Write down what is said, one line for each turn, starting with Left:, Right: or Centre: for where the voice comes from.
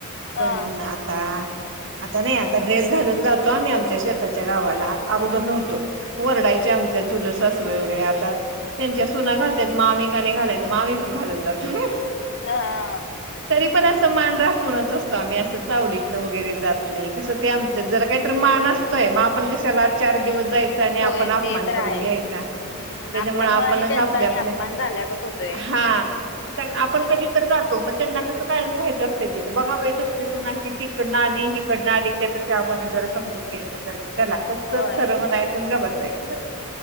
Left: हा
Right: पण आता. आता नाही, आता ड्रेस घालून जातो आम्ही आमच्या शेताच्या गावाला. अगोदर नव्हतो, वरडायच्या आमच्या चुलत सासू. वगैरे आतात त्यांच्या सुना घालतात म आम्ही का नाही घालायचं मी आम्ही पण घालून जातो.
Left: हा-हा,
Right: तरी पण. मान राखूनच असत. मी असं चावडीत न वगैरे जात नाही कसं ते आमच्या जरा काही-तरी मान असतोय, मग आपण कशाला आ चार दिवस जायच.
Left: होय
Right: आपण अपमान
Left: ते तर
Right: करून
Left: आहेच.
Right: घ्यायचा,
Left: हम्म
Right: त्याच्यामुळे
Left: आपल्यामुळे
Right: आपण
Left: आणि त्यांचा
Right: आपल्या
Left: आणि
Right: आपल्या,
Left: अपमान झाल्यागत होतोय.
Right: हा
Left: हम्म.
Right: आपण कधी तर जातो. त्यांना कसं कायम राहायच असते तिथं बघा बई. तुमची सुनाशी तीकडनं आली हीकडनं आली त्यापेक्षा आपण जरा समजून घ्यायच तरी. चला तुमचंच
Left: होय
Right: खरं म्हणायचं गप बसाय <unintelligible>